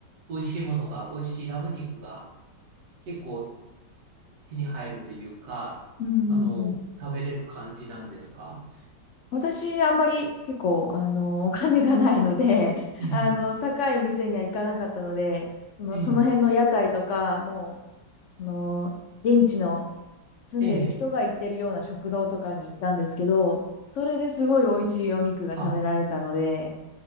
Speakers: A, on the right; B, on the left.
A: 美味しいものが、美味しいラム肉が結構手に入るというか、
B: うんうんうん。
A: あの、食べれる感じなんですか
B: 私、あんまり結構、あの、お金がないので、<laughs>
A: ええ、
B: あの、高い店には行かなかったので、その、
A: ええ、
B: その辺の屋台とか、もう、その、現地の住んでる人が行ってるような食堂とかに行ったんですけど、
A: ええ。
B: それですごい美味しいお肉が食べられたので、
A: あ、